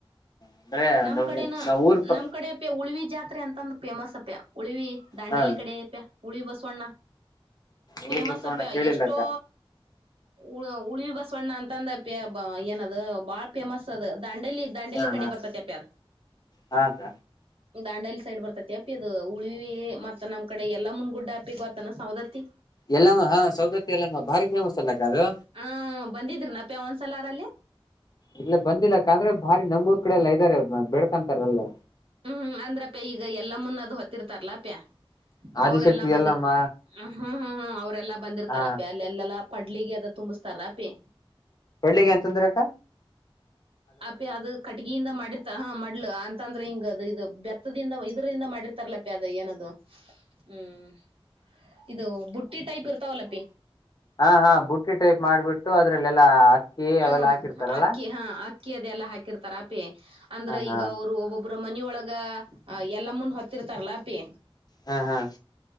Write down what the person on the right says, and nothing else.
ನಮ್ ಕಡೆನ
ನಮ್ ಕಡೆ ಉಳ್ವಿ ಜಾತ್ ಪಾತ್ರೆ ಅಂತ ಒಂದು ಮಸ್ ಅಪೆ ಉಳಿವಿ ದಾಂಡಲಿ
ಕಡೆಪ್ಯ ಉಳಿವಿ ಬಸವಣ್ಣ
ಫೇಮಸ್
ಅಪ್ಯ
ಎಷ್ಟೋ
ಉ ಉಳಿವಿ ಬಸವಣ್ಣ ಅಂತಂದ ಏನದು ಬಾ ಪೇಮಸ್ ಅದು ದಾಂಡಲಿ ದಾಂಡಲಿ
ಕಡೆ
ಬರ್ತತಿ ಅಪ್ಯಾರ
ದಾನಡಲಿ ಸೈಡ್ ಬರ್ತೈತಿ ಅಪ್ಪಿ ಅದು ಉಳ್ವವಿ ಮತ್ತತ್ ನಮ್ ಕಡೆ ಎಲ್ಲಾ ಮುಂದ ಗುಡ್ಡ ಅಪಿ ಗತ್ತಾನ ಸೌದತ್ತತಿ
ಹ್ಮ ಬಂದಿದ್ರಿ ನಪ ಯ ಒಂದ್ಸಲ ಅರಲ್ಲಿ
ಹ್ಮ್ ಹ್ಮ್ ಅಂದ್ರಪ್ಯ ಈಗ ಎಲ್ಲಾ ಮುನ್ನದು ಹೊತ್ತಿರ್ತಾರಲ್ಲ ಅಪ್ಯ
ಅವ್ರೆಲ್ಲಾ ಬಂದಿರ್ತ
ಹ್ಮ್ ಹ್ಮ್ ಹ್ಮ್ ಅವರೆಲ್ಲ ಬಂದಿರ್ತಾರಪಿ
ಅಲ್ಲಿ ಎಲ್ಲೆಲ್ಲಾ ಪಡ್ಲಿಗೆ ಅದ ತುಂಬಿಸತಾರ ಅಪಿ
ಅಪ ಅದು ಕಟ್ಟಗೀ ಮಾಡಿರ್ತ ಹ ಮಾಡ್ಲ ಅಂತ ಅಂದ್ರೆ ಹಿಂಗ ಅದು ಇದು ಬೆತ್ತದಿಂದ ಇದರಿಂದ ಮಾಡಿರ್ತಾರಲಪಿ ಅದ ಏನದು ಹ್ಮ್ ಇದು ಬುಟ್ಟಿ ಟೈಪ್ ಇರ್ತಾವಲ್ಲಪಿ
ಹ
ಅಕ್ಕಿ ಹಾ ಅಕ್ಕಿ ಅದೆ ಎಲ್ಲ ಹಾಕಿರ್ತಾರ ಅಪೆ ಅಂದ್ರ
ಈಗ ಅವರು ಒಬ್ಬೊಬ್ಬರ ಮನಿಯೊಳಗ ಎಲ್ಲಾ ಮುಂದ ಹೊತ್ತಿರ್ತಾರಲ್ಲಾಪಿ